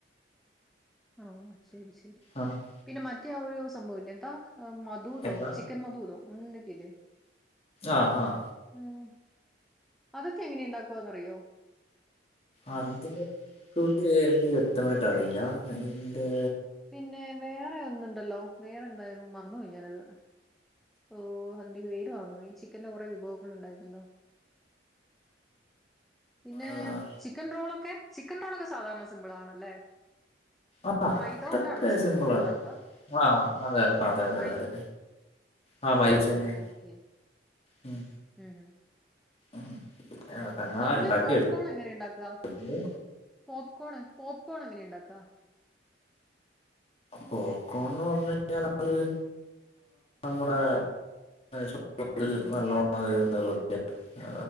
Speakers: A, in the centre; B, on the left.
A: ആഹ് ശരി ശരി.
B: ആഹ്
A: പിന്നെ മറ്റേ ആ ഒരു സംഭവം ഇല്ലേ എന്താ മതൂദോ
B: എന്താ
A: ചിക്കൻ മതൂദോ അങ്ങനെ എന്തൊക്കെയില്ലേ.
B: ആഹ് ആഹ്
A: ഉം അതൊക്കെ എങ്ങനെ ഇണ്ടാക്ക അറിയോ.
B: അതിന്റെ കൂട്ട് എനിക്ക് വ്യക്തമായിട്ട് അറിയില്ല. അതിന്റെ
A: പിന്നെ വേറെ ഒന്നുണ്ടല്ലോ വേറെ എന്തായിരുന്നു മറന്ന് പോയി ഞാനത് ഓഹ് അതിന്റെ പേര് മറന്നു പോയി. ചിക്കന്റെ കുറേ വിഭവങ്ങൾ ഉണ്ടായിരുന്നല്ലോ പിന്നെ
B: ആഹ്
A: ചിക്കൻ റോളൊക്കെ ചിക്കൻ റോളൊക്കെ സാധാരണ സിമ്പിൾ ആണല്ലേ.
B: ആഹ്
A: മൈദ
B: അതൊക്കെ
A: കൊണ്ടാണോ ചിക്കൻ
B: സിമ്പിളാണ്.
A: റോൾ ഉണ്ടാക്കുക
B: ആഹ് അതെ അതെ അതെ അതെ
A: മൈദ
B: അതെ. ആഹ് മരിച്ച
A: ഉം
B: ന്നെ
A: ഓക്കെ
B: ഉം
A: ഉം ഉം
B: ഉം. അതൊക്കെ എന്നാ
A: നമ്മളീ
B: ഉണ്ടാക്കി
A: പോപ്കോൺ എങ്ങനെ ഇണ്ടാക്ക?
B: എടുത്തത്
A: പോപ്കോൺ പോപ്കോൺ എങ്ങനെ ഇണ്ടാക്ക?
B: പോപ്ക്കോൺന്ന് പറഞ്ഞു കഴിഞ്ഞാൽ അവര് നമ്മളെ ചക്ക പൊരി നല്ലോണം വേവ്മ്പൊ എളക്ക ആ